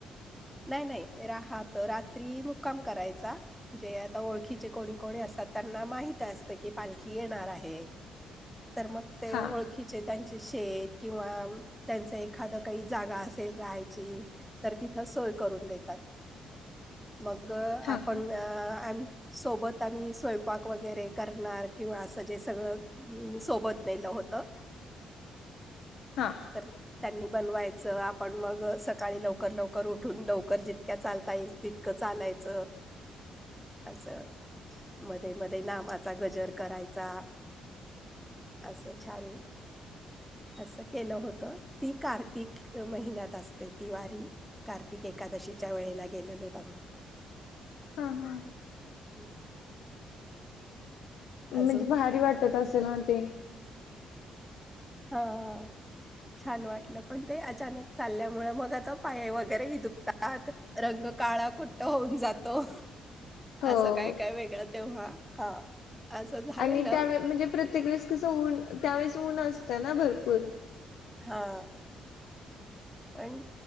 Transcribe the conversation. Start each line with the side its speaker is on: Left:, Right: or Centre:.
Centre: नाही, नाही, राहात रात्री मुक्काम करायचा, म्हणजे आता ओळखीचे कोणी कोणी असतात, त्यांना माहीत असत की, पालीखी येणार आहे, तर मग ते
Left: हा
Centre: ओळखीचे त्यांचे शेत, किंवा त्यांचं एखाद काही जागा असेल राहायची, तर तिथं सोय करून देतात. मग
Left: हा
Centre: आपण
Left: का
Centre: अ आम सोबत आम्ही स्वयंपाक वगैरे करणार, किंवा असं जे सगळं सोबत नेलं होत.
Left: <inaudible> <unintelligible> हा हा
Centre: तर त्यांनी बनवायचं, आपण मग सकाळी लवकर लवकर उठून, लवकर जितक्या चालता येईल तित चालायचं
Left: <inaudible>
Centre: असं, मध्ये-मध्ये नामाचा गजर करायचा. असं छान, असं केलं होत ती कार्तिक महिन्यात असते, ती वारी कार्तिक एकादशीच्या वेळेला गेलेलोत, आम्ही
Left: हा. हा.
Centre: <unintelligible> <inaudible>
Left: म्हणजे
Centre: अजून
Left: भारी वाटत असेल ना ते
Centre: हा. हा. छान वाटलं, पण ते अचानक चालल्यामुळे मग आता पाय वगैरेही दुखतात. त्यात रंग काळा कुट्ट होऊन जातो.
Left: हो
Centre: असं काय-काय वेगळं तेव्हा, हा असं झालेलं
Left: आणि त्यावे म्हणजे प्रत्येक वेळेस कसं, ऊन त्यावेेळेस ऊन असतं ना भरपूर.
Centre: हा. पण